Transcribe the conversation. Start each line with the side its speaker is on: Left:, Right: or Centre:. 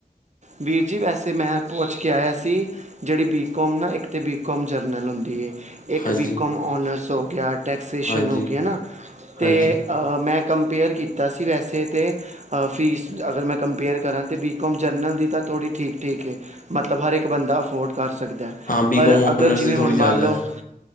Right: ਵੀਰ ਜੀ ਵੈਸੇ ਮੈਂ ਪੁੱਛ ਕੇ ਆਇਆ ਸੀ ਜਿਹੜੀ ਬੀਕੌਮ ਨਾ, ਇੱਕ ਤਾਂ ਬੀਕੌਮ ਜਰਨਲ ਹੁੰਦੀ ਹੈ ਇੱਕ
Left: ਹਾਂਜੀ
Right: ਬੀਕੌਮ ਔਨਰਸ ਹੋ ਗਿਆ, ਟੈਕਸੇਸ਼ਨ
Left: ਹਾਂਜੀ
Right: ਹੋ ਗਈ ਨਾ, ਤੇ
Left: ਹਾਂਜੀ
Right: ਮੈਂ ਕੰਪੇਅਰ ਕੀਤਾ ਸੀ ਵੈਸੇ ਤੇ ਫੀਸ, ਅਗਰ ਮੈਂ ਕੰਪੇਅਰ ਕਰਾਂ ਤਾਂ ਬੀਕੌਮ ਜਰਨਲ ਦੀ ਤਾਂ ਥੋੜੀ ਠੀਕ ਠੀਕ ਹੈ ਮਤਲਬ ਹਰ ਇੱਕ ਬੰਦਾ ਅਫੋਰ ਹੈ ਕਰ ਸਕਦਾ ਐ,
Left: ਹਾਂ ਬੀ
Right: ਪਰ
Left: ਕੋਮ ਓਨਰਸ
Right: ਅਗਰ ਜਿਵੇਂ
Left: ਦੀ ਥੋੜ੍ਹੀ
Right: ਹੁਣ ਮੰਨ
Left: ਜ਼ਿਆਦਾ
Right: ਲਓ
Left: ਹੈ